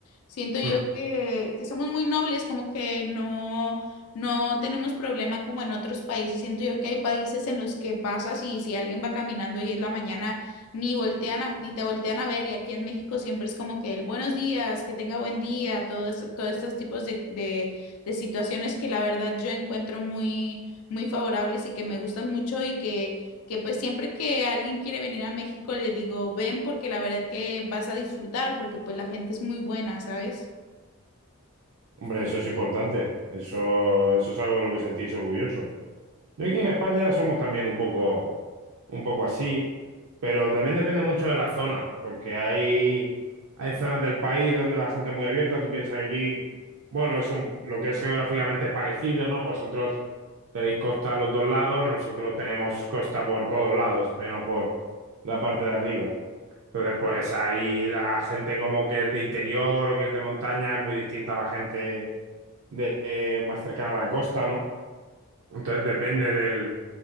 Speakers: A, on the left; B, on the right.
A: Siento yo
B: Mm.
A: que, que somos muy nobles, como que no, no tenemos problema como en otros países. Siento yo que hay países en los que pasas y si alguien va caminando y es la mañana, ni voltean a- ni te voltean a ver. Y aquí en México siempre es como que el buenos días, que tenga buen día, todo eso- todos estos tipos de, de, de situaciones que la verdad yo encuentro muy, muy favorables y que me gustan mucho y que que pues siempre que alguien quiere venir a México le digo, ven porque la verdad que vas a disfrutar, porque pues la gente es muy buena, ¿sabes?
B: Hombre, eso es importante. Eso, eso es algo de lo que sentirse orgulloso. Yo aquí en España somos también un poco. un poco así, pero también depende mucho de la zona, porque hay, hay zonas del país donde la gente es muy abierta, tú piensas que aquí, bueno, es un, lo que es geográficamente es parecido, ¿no? Vosotros tenéis costa a los dos lados, nosotros tenemos costa por todos lados, menos por la parte de arriba. Entonces, pues ahí la gente como que es de interior o que es de montaña es muy distinta a la gente de, eh, más cercana a la costa, ¿no? Entonces depende del,